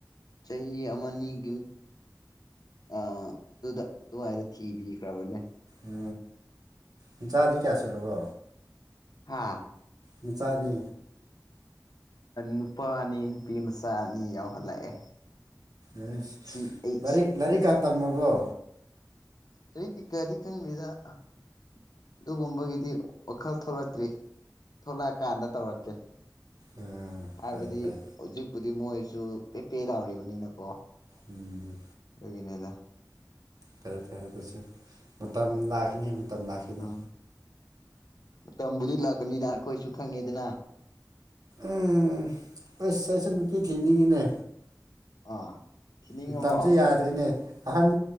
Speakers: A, on the left; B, on the right.
A: ꯆꯍꯤ ꯑꯃꯅꯤꯒꯤ ꯑ ꯑꯗꯨꯗ ꯑꯗꯨꯋꯥꯏꯗ ꯊꯤꯕꯤꯈ꯭ꯔꯕꯅꯦ
B: ꯎ ꯅꯆꯥꯗꯤ ꯀꯌꯥꯁꯨꯔꯕꯣ
A: ꯍꯥꯥ
B: ꯅꯆꯥꯗꯤ
A: ꯅꯨꯄꯥ ꯑꯅꯤ ꯅꯨꯄꯤ ꯃꯆꯥ ꯑꯅꯤ ꯌꯥꯎꯍꯜꯂꯛꯑꯦ
B: ꯎꯝ
A: ꯁꯤ ꯑꯩ
B: ꯂꯥꯏꯔꯤꯛ ꯂꯥꯏꯔꯤꯛ ꯀꯥ ꯇꯝꯃꯕꯣ
A: <unintelligible> ꯀꯩꯀꯗꯤ ꯈꯡꯗꯦꯗ ꯑꯗꯨꯒꯨꯝꯕꯒꯤꯗꯤ ꯋꯥꯈꯜ ꯊꯣꯛꯂꯛꯇ꯭ꯔꯤ ꯊꯣꯛꯂꯛꯑꯀꯥꯟꯗ ꯇꯧꯔꯛꯀꯦ
B: ꯎꯝ
A: ꯍꯥꯏꯕꯗꯤ
B: ꯐꯩ ꯐꯩ
A: ꯍꯧꯖꯤꯛꯄꯨꯗꯤ ꯃꯣꯏꯁꯨ ꯄꯦꯄꯦ ꯂꯥꯎꯔꯤꯕꯅꯤꯅ ꯀꯣ
B: ꯎꯝ
A: <unintelligible>
B: ꯐꯔꯦ- ꯐꯔꯦ ꯑꯗꯨꯁꯨ ꯃꯇꯝ ꯂꯥꯛꯈꯤꯅꯤ ꯃꯇꯝ ꯂꯥꯛꯈꯤꯅꯤ
A: ꯎꯝ ꯃꯇꯝꯕꯨꯗꯤ ꯂꯥꯛꯀꯅꯤꯗ ꯑꯩꯈꯣꯏꯁꯨ ꯈꯪꯉꯤꯗꯅ
B: ꯎꯝ ꯑꯁ ꯑꯩꯁꯦ ꯅꯨꯄꯤ ꯊꯤꯅꯤꯡꯉꯤꯅꯦ
A: ꯑꯥ ꯊꯤꯅꯤꯡꯉꯕꯣ
B: ꯃꯇꯝꯁꯨ ꯌꯥꯗ꯭ꯔꯤꯅꯦ ꯑꯍꯟ